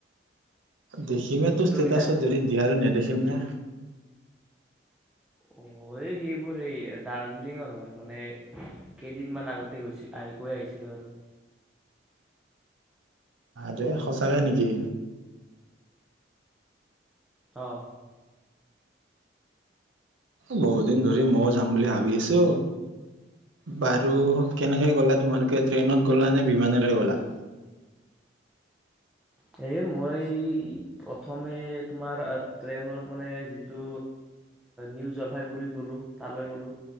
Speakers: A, on the right; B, in the centre.
A: দেখিমে
B: ফটোবিলাক
A: তোৰ ষ্টেটাচত যদি দিয়া আৰু নেদেখিম নে?
B: অ' এই সেইবোৰ সেই দাৰ্জিলিঙৰ হয় মানে। কেইদিনমান আগতে গৈছিল আহি গৈ আহিছিলোঁ আৰু।
A: দে সঁচাকে নেকি?
B: অঁ।
A: বহুত দিন ধৰি ময়ো যাম বুলি ভাবি আছো। বাৰু কেনেকে গ'লা তোমালোকে ট্ৰেইনত গ'লা নে বিমানেৰে গ'লা?
B: এ মই প্ৰথমে তোমাৰ ট্ৰেইনৰ মানে যিটো নিউ জলফাইগুৰি গ'লো তালে গলোঁ।